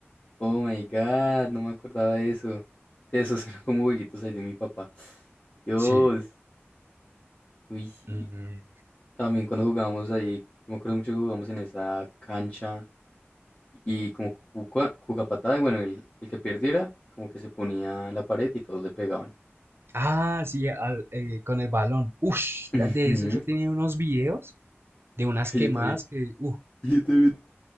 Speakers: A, on the left; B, on the right.
A: Oh my God, no me acordaba de eso. Sí, esos eran como huequitos ahí de mi papá. Dios.
B: Sí.
A: Uy, sí,
B: Mm.
A: También cuando jugábamos ahí, yo me acuerdo mucho que jugamos en esa cancha y como cuca- cucapatada, y bueno, el, el que perdiera como que se ponía en la pared y todos le pegaban.
B: Ah, sí, al- eh, con el balón. Ush,
A: Ujú.
B: de eso yo tenía
A: <laughs>
B: unos videos de unas
A: Que
B: quemadas
A: Yo también,
B: que, uh,
A: yo también